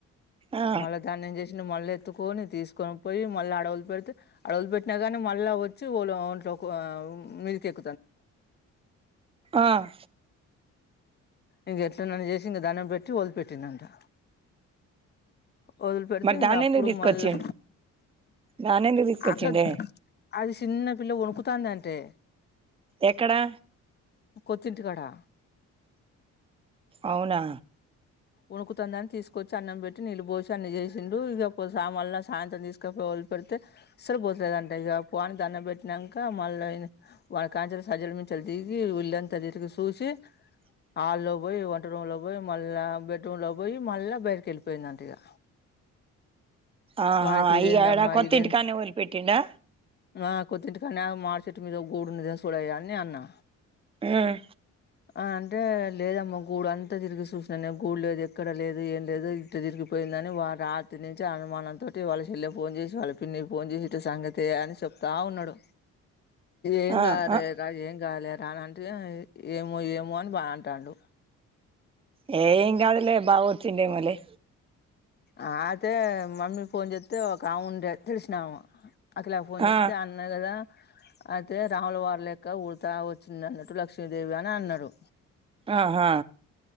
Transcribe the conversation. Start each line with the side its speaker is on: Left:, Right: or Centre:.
Right: ఆ
Left: మళ్ళ దాన్ని ఏం చేసిండు మళ్ళ ఎత్తుకు పోని తీసుకొనిపోయి మళ్ళ ఆడ వదిలిపెడితే ఆడ వదిలిపెట్ ట్న కానీ మళ్ళ వోచ్చి ఓలా ఓంట్లో కొ మీదికి ఎక్
Right: ఆఁ
Left: ఇంగ ఎట్లనన్న చేసి ఇంగ దండం పెట్టి వదిలిపెట్టిండంటా వదిలి పెడితే
Right: మరి
Left: ఇంకా
Right: దాన్ని
Left: అప్పుడు
Right: ఎందుకు తీసుకొచ్చిండు
Left: మళ్ళా
Right: దాన్ని ఎందుకు తీసుకొచ్చిండే
Left: అకక్ అది చిన్న పిల్ల వణుకుతాంది అంటే.
Right: ఎక్కడా
Left: కొత్తింటికాడా.
Right: అవునా
Left: వణుకుతుందని తీసుకొచ్చి అన్నం పెట్టి, నీళ్ళు పోసి, అన్ని చేసిండు. ఇగ సా మళ్ల సాయంత్రం తీసుకపో పెడితే సలు పోతలేదంట ఇగ పో అని దండం పెట్టినంక మళ్ళ ఇని వాణి కాంచేలి సజ్జలు మీ దించెలి దిగి ఒళ్ళంత తిరిగి సూసి
Right: <inaudible>
Left: హాల్లో బొయి వంట రూం లో బోయి మళ్ళా బెడ్రూంలకు బోయి, మళ్ళ బయటికి ఎళ్ళిపోయిందంట ఇగా.
Right: ఆహా
Left: వాణ్కి ఇదేందమ్మా
Right: ఇగ ఆడ కొత్త
Left: ఇదేం
Right: ఇంటికాన్నే వదిలిపెట్టిండా
Left: మా కొత్తింటి ఇక్కన్నే మాడి చెట్టుమీద గూడు ఉన్నదేమో సూడయ్యా అని నే అన్నా.
Right: ఆఁ
Left: ఆ అంటే లేదమ్మ గూడు అంతా తిరిగి చూసిన నే గూడు లేదు ఎక్కడ లేదు ఏం లేదు ఇటు తిరిగిపోయిందని వాడు రాత్రి నుంచి అనుమానంతోటి వాళ్ళ చెల్లెకు ఫోన్ చే సి వాళ్ళ పిన్నికి ఫోన్ చేసి ఇట్ట సంగతే అని చెప్తా ఉన్నాడు. ఏం
Right: ఆ
Left: గారే
Right: ఆ
Left: రా ఏం కాలే తానంటే ఏమో ఏమో అని బా అంటాండు
Right: యే ఏం కాదులే బావోచ్చిండే ఏమోలే
Left: అత్తే మమ్మీ ఫోన్ చేస్తే ఒక ఆమె ఉండే తెలిసినామ. అఖిలాకి ఫోన్ చేస్తే
Right: ఆ
Left: అన్నా కదా అ తే రాముల వారు లెక్క ఊడతా వచ్చింద అన్నట్టు లక్ష్మీదేవి అని అన్నరు.
Right: ఆహా